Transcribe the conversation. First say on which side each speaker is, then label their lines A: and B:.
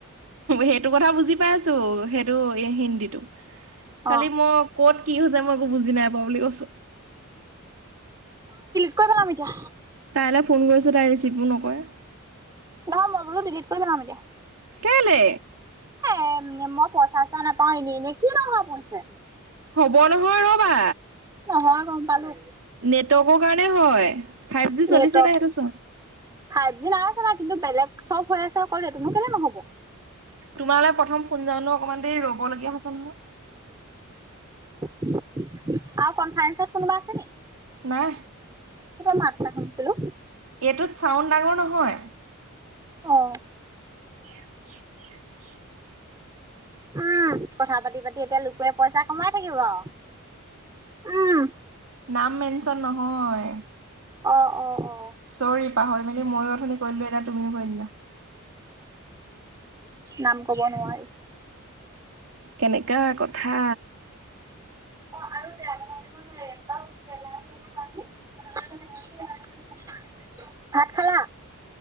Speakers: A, on the right (about 70°); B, on the right (about 15°).
A: সেইটো কথা বুজি পাই আছো সেইটো হিন্দীটো খালি
B: অ
A: মই কত কি হৈছে মই একো বুজি নাই বুলি কৈছো
B: কৈ পেলাম এতিয়া
A: তাইলৈ ফোন কৰিছো তাই ৰিচিভো নকৰে
B: নহয় মই বোলো ডিলিট কৰি পেলাম এতিয়া
A: কেলে
B: উ মই পইচা চ ইচা নাপাও এনেই এনেই কি দৰকাৰ পৰিছে
A: হ'ব নহয় ৰবা
B: নহয় গম পালো
A: নেটৱৰ্কৰ কাৰণে হয় ফাইভ জি
B: নেটৱৰ্ক
A: চলিছে ন সেইটো চোৱা
B: ফাইভ জি নাই চলা কিন্ত বেলেগ চপ হৈ আছে নাই কিন্তু বেলেগ চব হৈ আছে অকল এইটোনো কেলে নহব
A: তোমালৈ প্ৰথম ফোন যানো অকমান দেৰি ৰ'ব লগগীয়া হৈছে নহয়।
B: আৰু কনফাৰেন্সত কোনোবা আছে নেকি।
A: নাই।
B: মাত এটা শুনিছিলো।
A: এইটোত চাউণ্ড ডাঙৰ নহয়।
B: অহ।
A: <unintelligible> <unintelligible>
B: উম কথা পাতি পাতি এতিয়া লোকে পইচা কমাই থাকিব আৰু। উম।
A: নাম মেনচন নহয়।
B: অ অ অ।
A: চৰি পাহৰি মেলি ময়ো অধুনি কৰিলো এটা তুমিও কৰিললা।
B: নাম কব নোৱাৰি।
A: কেনেকা কথা।
B: অ আৰু বেয়া বনাব লাগিব নোৱাৰে বেলা আছে পি ব। ভাত খালা।